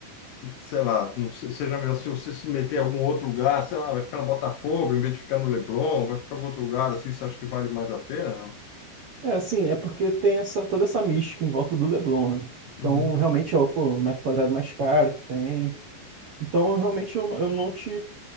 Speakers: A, on the left (about 80°); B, on the right (about 70°).
A: sei lá, não se- seja melhor se você se meter em algum outro lugar, sei lá, vai ficar no Botafogo em vez de ficar no Leblon, vai ficar em outro lugar assim, você acha que vale mais a pena, não?
B: É sim, é porque tem essa, toda essa mística em volta do Leblon, né? Então,
A: Uhum,
B: realmente é o, pô, o metro quadrado mais caro que tem. Então, realmente, eu, eu não te.